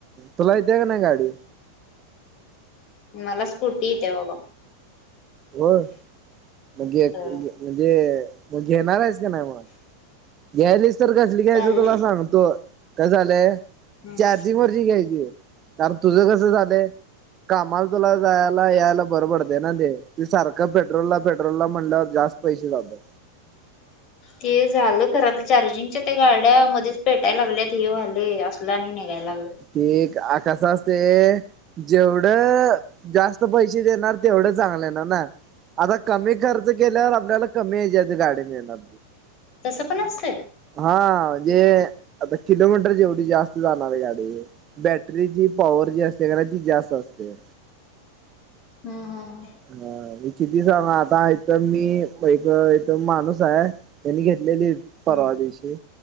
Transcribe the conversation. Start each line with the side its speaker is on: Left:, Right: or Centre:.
Right: तुला येत्या काय नाही गाडी.
Left: मला स्कूटी येत्या बाबा
Right: होय मग
Left: हं.
Right: म्हणजे मग घेणार आहेस का नाही मग? घ्यायलीच तर कसली घ्यायचं
Left: चाललंय.
Right: तुला सांगतो काय झालंय?
Left: हम्म.
Right: चार्जिंग वरची घ्यायची कारण तुझं कसं झालंय. कामाला तुला जायला यायला बरं पडते ना ते त सारख का पेट्रोलला पेट्रोल ला म्हणल्यावर जास्त पैसे जातेत
Left: ते झालं आता चार्जिंगच्या त्या गाड्यामध्येच पेटाय लागल्यात हे व्हालय असलं आणि निघायला लागलं.
Right: ते आ कस असते जेवढं जास्त पैसे देणार तेवढं चांगलं येणार ना. आता कमी खर्च केल्यावर आपल्याला कमी याच्यात गाडी मिळणार.
Left: तसं पण असतंय?
Right: हा म्हणजे आता किलोमीटर जेवढी जास्त जाणार आहे गाडी. बॅटरी पॉवर जी असते का नाही ती जास्त असते.
Left: हंम्म हंम्म हमं.
Right: हा मी किती सांग आता इथ मी एक इथ माणूस आहे. त्यांनी घेतलेली परवा
Left: हम्म
Right: दिवशी